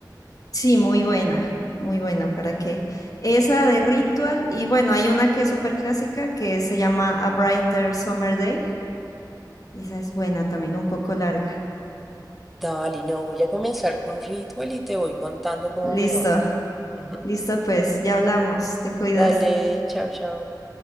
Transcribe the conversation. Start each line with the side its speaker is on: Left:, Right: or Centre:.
Left: Sí, muy buena, muy buena, ¿para qué? Esa de Ritual, y bueno, hay una que es súper clásica que se llama A Brighter Summer Day, y esa es buena también, un poco larga.
Centre: Dale, no, voy a comenzar con Ritual y te voy contando cómo
Left: Listo,
Centre: me va. <laughs>
Left: listo, pues ya hablamos, te cuidas.
Centre: Dale, chao, chao.